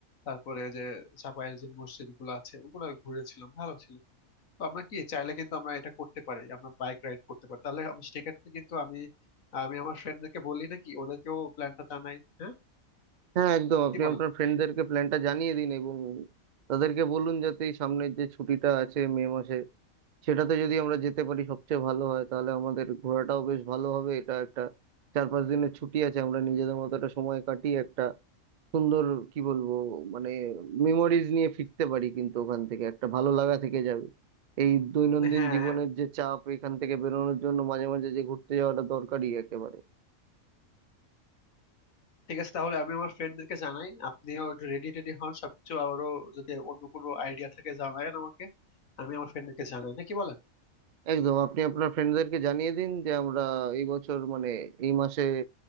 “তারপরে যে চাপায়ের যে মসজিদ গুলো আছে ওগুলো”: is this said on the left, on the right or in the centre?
Left